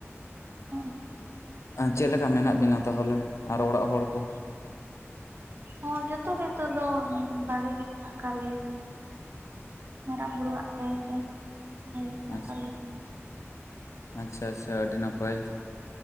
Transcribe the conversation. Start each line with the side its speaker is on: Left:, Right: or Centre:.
Right: ᱦᱚᱸ
Left: ᱪᱮᱫ ᱞᱮᱠᱟ ᱢᱮᱱᱟᱜ ᱵᱤᱱᱟ ᱛᱟᱦᱚᱞᱮ ᱟᱨᱚ ᱚᱲᱟᱜ ᱦᱚᱲ ᱠᱚ?
Right: ᱦᱚᱸ ᱡᱚᱛᱚ ᱜᱮ ᱱᱤᱛᱚᱜ ᱫᱚ ᱵᱷᱟᱜᱮ ᱜᱮ ᱢᱮᱱᱟᱜ ᱟᱠᱟᱫ ᱞᱮᱭᱟ᱾ ᱢᱟᱨᱟᱝ ᱵᱩᱨᱩᱣᱟᱜ ᱫᱮᱭᱟ ᱛᱮ ᱦᱮ ᱢᱮᱱᱟᱜ
Left: ᱟᱪᱪᱷᱟ
Right: ᱟᱠᱟᱫ ᱞᱮᱛᱮ,
Left: ᱟᱪᱪᱷᱟ ᱟᱪᱪᱷᱟ ᱟᱹᱰᱤ ᱱᱟᱯᱟᱭ᱾